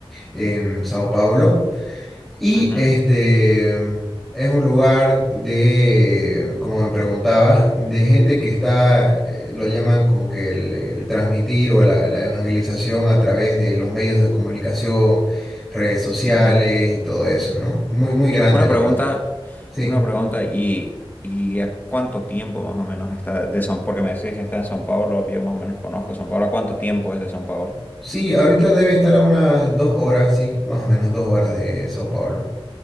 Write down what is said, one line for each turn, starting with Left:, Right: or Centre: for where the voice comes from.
Centre: en Sao Paulo y
Left: Ujú,
Centre: este es un lugar de, como me preguntabas, de gente que está, eh, lo llaman como que el, el transmitir o la, la evangelización a través de los medios de comunicación, redes sociales
Left: ujú.
Centre: y todo eso, ¿no? Muy, muy grande,
Left: Una
Centre: la
Left: pregunta,
Centre: verdad. Sí.
Left: una pregunta, ¿y, y a cuánto tiempo más o menos está de San Porque me decís que está en San Pablo yo más o menos conozco San Pablo ¿A cuánto tiempo es de San Pablo
Centre: Sí, ahorita debe estar a unas dos horas, sí, más o menos dos horas de Sao Paulo.